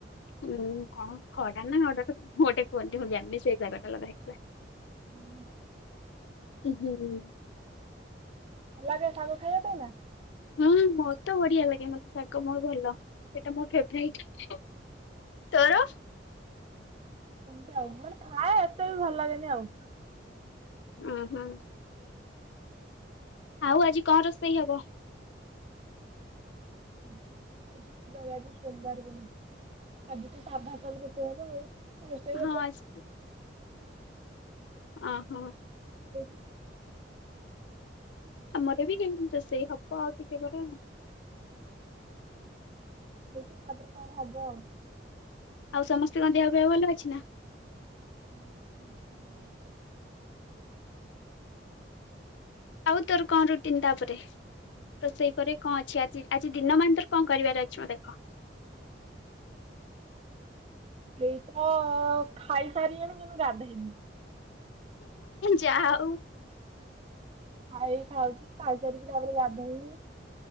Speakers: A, on the left (about 80°); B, on the right (about 35°).
A: ଉୁଁ କଣ ଖଡା ନା <unintelligible> ଗୋଟେ କୁହନ୍ତି ମୁଁ ଜାଣିନି ସେଇ ଶାଗ ଟା ଲଗା ହେଇଥିଲା।
B: ହୁଁ।
A: ଉଁ ହୁଁ।
B: ଭଲ ଲାଗେ ସାଗ ଖାଇବା ପାଇଁ ନା?
A: ହୁଁ ମତେ ବଢିଆ ଲାଗେ ମୋତେ ଶାଗ ମୋର ଭଲ ସେଇଟା ମୋର ଫେବରାଇଟ। ତୋର?
B: ସେମତି ଆଉ ମାନେ ଖାଏ ଏତେ ବି ଭଲ ଲାଗେନି ଆଉ।
A: ଉଁ ହୁଁ। ଆଉ ଆଜି କଣ ରୋଷେଇ ହବ?
B: ହିଁ ଦ ଆଜି କି ବାରେ ଆଜି ସୋମବାର ଆଜି ତ ସାବୁ ଫାବୁ ରୋଷେଇ ହବ ଆଉ। ରୋଷେଇ
A: ହଁ ଆଜି ଓହୋ
B: <unintelligible>
A: ଆମର ବି <unintelligible> ରୋଷେଇ ହବ ଆଉ ଟିକେ ପରେ
B: ତାପରେ କଣ ହବ ଆଉ
A: ଆଉ ସମସ୍ତଙ୍କ ଦେହପେହ ଭଲ ଅଛି ନା?
B: <unintelligible>
A: ଆଉ ତୋର କଣ ରୁଟିନ୍ ତାପରେ? ରୋଷେଇ ପରେ କଣ ଅଛି ଆଜି ଆଜି ଦିନ ମାନ ତୋର କଣ କରିବାର ଅଛି ମୋତେ କହ।
B: ଏଇତ ଖାଇସାରିଲିଣିି କିନ୍ତୁ ଗାଧୋଇନି।
A: ଯା ହୋଉ।
B: ଖାଇ ଖାଉଚି ଖାଇସାରିକି ତାପରେ ଗାଧେଇମି।